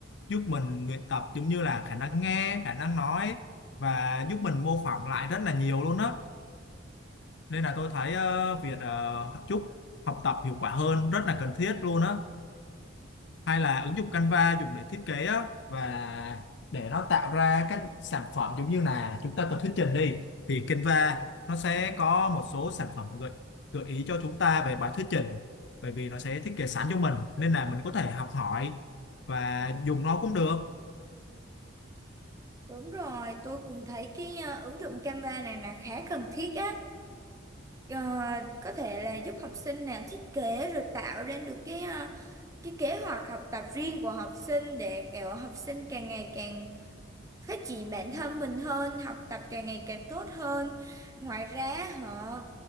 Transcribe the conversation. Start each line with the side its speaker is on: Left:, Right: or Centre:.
Left: giúp mình luyện tập giống như là khả năng nghe khả năng nói và giúp mình mô phỏng lại rất là nhiều luôn á nên là tôi thấy ờ, việc ờ, giúp học tập hiệu quả hơn rất là cần thiết luôn á hay là ứng dụng Canva dùng để thiết kế á, và để nó tạo ra các sản phẩm giống như là chúng ta cần thuyết trình đi thì Canva nó sẽ có một số sản phẩm gợi gợi ý cho chúng ta về bài thuyết trình bởi vì nó sẽ thiết kế sẵn cho mình nên là mình có thể học hỏi và dùng nó cũng được
Right: Đúng rồi, tôi cũng thấy cái ờ, ứng dụng Canva này là khá cần thiết á. Ờ, có thể là giúp học sinh nè thiết kế rồi tạo ra được cái ờ, cái kế hoạch học tập riêng của học sinh để kiểu học sinh càng ngày càng phát triển bản thân mình hơn, học tập càng ngày càng tốt hơn. Ngoài ra họ